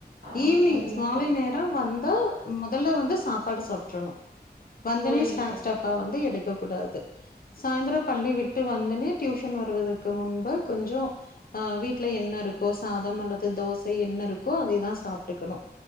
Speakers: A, on the right (about 80°); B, on the left (about 55°).
A: ஆ
B: ஈவினிங்
A: புரியுது
B: மாலை
A: தோழி
B: நேரம் வந்தா மொதல்ல வந்து சாப்பாடு சாப்ட்றனும் வந்தனே
A: புரியுது
B: ஸ்னாக்ஸ்
A: தோழி
B: டப்பா வந்து எடுக்க கூடாது சாயந்தரம் பள்ளி விட்டு வந்தனே டியூஷன் வருவதற்கு முன்பு கொஞ்சோ ஆ வீட்டுல என்ன இருக்கோ சாதம் அல்லது தோசை என்ன இருக்கோ அதைதா சாப்பிட்டுக்கணும்